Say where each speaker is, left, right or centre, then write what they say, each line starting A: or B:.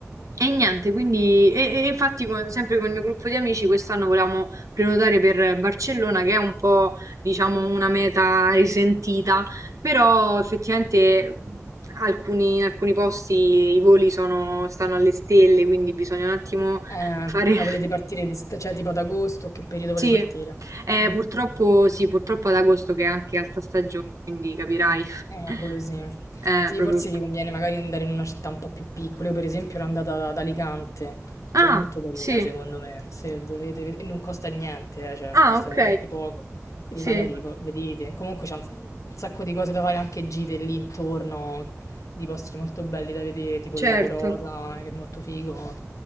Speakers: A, on the right; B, on the left.
A: E, niente, quindi, e, e infatti con- sempre con il mio gruppo di amici quest'anno volevamo prenotare per Barcellona, che è un po', diciamo, una meta risentita però effettivamente mh, alcuni- in alcuni posti i voli sono- stanno alle stelle, quindi bisogna un attimo
B: Eh,
A: fare...
B: ma
A: <laughs>
B: volete partire, di, cioè tipo ad agosto, che periodo
A: Sì,
B: volete partire?
A: eh,
B: Mm.
A: purtroppo, sì, purtroppo ad agosto che è anche alta stagione, quindi capirai.
B: Mm, eh,
A: <laughs>
B: quello sì.
A: Eh,
B: Sì,
A: proprio...
B: forse vi conviene magari andare in una città un po' più piccola. Io per esempio ero andata ad Alicante,
A: Ah,
B: che è molto carina
A: sì.
B: secondo me, se volete, ved- e non costa niente, eh, cioè
A: Ah,
B: costa
A: ok.
B: veramente poco. Quindi
A: Sì,
B: magari boh, vedete, comunque c'è un, un sacco di cose da fare, anche gite lì intorno, di posti molto belli da vedere, tipo
A: certo.
B: il Lago Rosa, che è molto figo